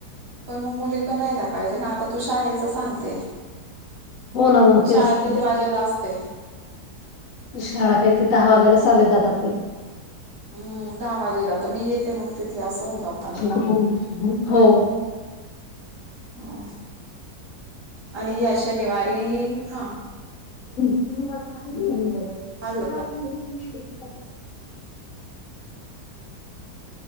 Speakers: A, on the right (about 80°); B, on the left (about 65°).
A: पण मग, मुली पण राहायला पाहिजे ना. आता तू शाळेच सांगते.
B: हो ना मग तेच
A: शाळा,
B: तर
A: किती वाजेला असते?
B: शाळा काय, ते दहा वाजेला चालले जातात ते.
A: हम. दहा वाजेला तर मी येते. मग तिथे अस वून जात.
B: <unintelligible> हो.
A: हा. आणि या शनिवारी, हां.
B: <unintelligible>
A: माझं
B: <inaudible> <unintelligible>